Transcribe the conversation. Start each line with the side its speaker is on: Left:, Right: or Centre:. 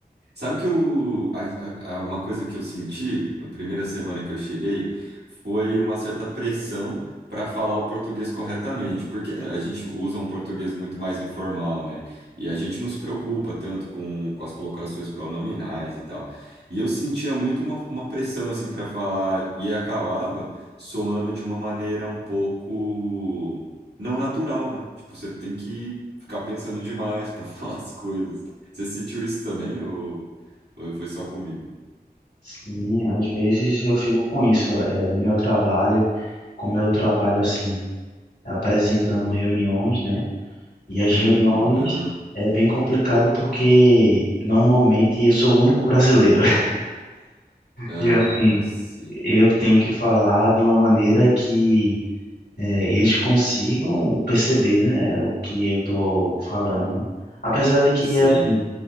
Right: Sabe que eu, a- a- a- uma coisa que eu senti na primeira semana que eu cheguei foi uma certa pressão para falar o português corretamente, porque a gente usa um português muito mais informal, né? E a gente não se preocupa tanto com, com as colocações pronominais e tal. E eu sentia muito uma, uma pressão assim para falar e acabava soando de uma maneira um pouco não natural, né? Tipo, você tem que ficar pensando demais para <laughs> falar as coisas. Você sentiu isso também ou, ou foi só comigo?
Left: Sim, às vezes eu fico com isso eh, no meu trabalho, como eu trabalho assim, apresentando reuniões, né? E as
Right: Hum,
Left: reuniões
Right: aham.
Left: é bem complicado porque normalmente eu sou o único brasileiro <laughs>
Right: Ah,
Left: e assim
Right: sim.
Left: eu tenho que falar de uma maneira que é, eles consigam perceber, né, o que eu tô falando, né? Apesar de que,
Right: Sim.
Left: assim,